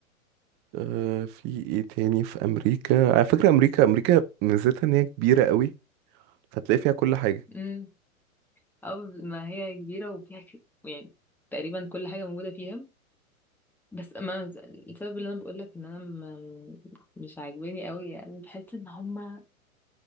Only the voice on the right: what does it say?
آه، في ايه تاني في امريكا على فكره امريكا امريكا ميزتها ان هي كبيره قوي فتلاقي فيها كل حاجه